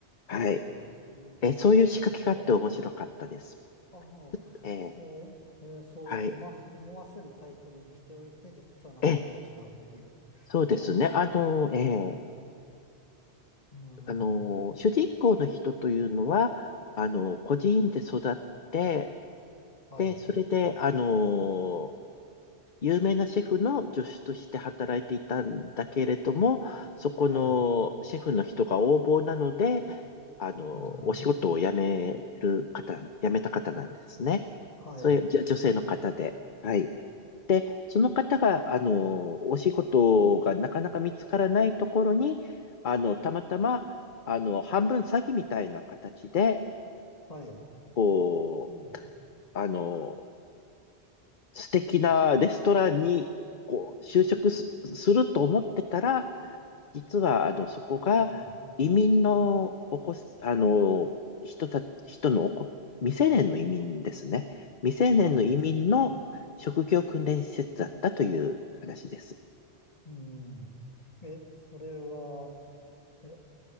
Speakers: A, on the left (about 50°); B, on the left (about 35°).
A: はい。
B: そうなんですね。
A: え、そういう仕掛けがあって面白かったです。
B: はい。ああ、
A: えー
B: そう、ええ、そう思わ思わせるタイトルにしておいて、
A: はい。
B: 実は中身は違うっていう。
A: え、そうですね。
B: ああ、そう。
A: あの、えー
B: うん。
A: あの、主人公の人というのは、あの、孤児院で育って、
B: はい。
A: で、それで、あの、有名なシェフの助手として働いていたんだけれども、そこのシェフの人が横暴なので、
B: はい。
A: あの、
B: うん。
A: お仕事を辞める方、辞めた方なんですね。
B: はい。
A: そういうじょ女性の方で。はい。その方が、あの、お仕事がなかなか見つからないところに、あの、たまたま、あの、半分詐欺みたいな形で、
B: はい。
A: こ
B: うん。
A: う、あの、素敵なレストランに、こう、就職す、すると思ってたら、実は、あの、そこが移民のおこす、
B: はい。
A: あの、人た、人のおこ、未成年の移民ですね。未成年の移民の職業訓練施設だったという話です。
B: はい。うん。え、それは、え、